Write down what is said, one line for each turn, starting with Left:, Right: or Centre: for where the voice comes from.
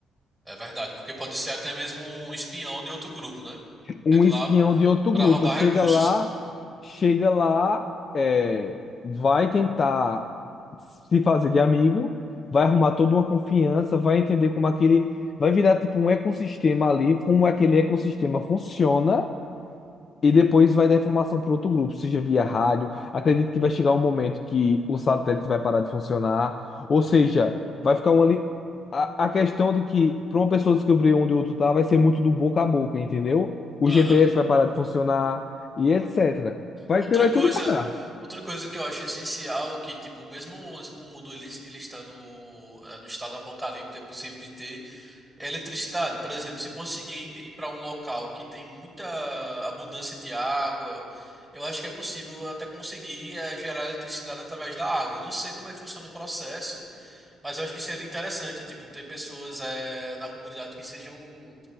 Centre: É verdade, porque pode ser até mesmo um espião de outro grupo, né?
Left: Um
Centre: Tá Indo
Left: espião
Centre: lá
Left: de outro
Centre: pra
Left: grupo
Centre: roubar
Left: chega
Centre: recursos.
Left: lá, chega lá, é, vai tentar se fazer de amigo, vai arrumar toda uma confiança, vai entender como aquele, vai virar tipo um ecossistema ali, como aquele ecossistema funciona. E depois vai dar informação para outro grupo, seja via rádio. Acredito que vai chegar um momento que o satélite vai parar de funcionar. Ou seja, vai ficar uma. li- A, a questão de que para uma pessoa descobrir onde o outro tá, vai ser muito do boca a boca, entendeu? O
Centre: Aham.
Left: GPS vai parar de funcionar e etc. Vai,
Centre: Outra
Left: vai
Centre: coisa,
Left: tudo parar.
Centre: outra coisa que eu acho essencial, que tipo, mesmo o o mundo ele, ele está no, eh, no estado apocalíptico, é possível de ter é eletricidade. Por exemplo, se conseguir ir para um local que tem muita abundância de água, eu acho que é possível até conseguir eh, gerar eletricidade através da água. Eu não sei como é que funciona o processo, mas eu acho que seria interessante, tipo, ter pessoas eh, na comunidade que sejam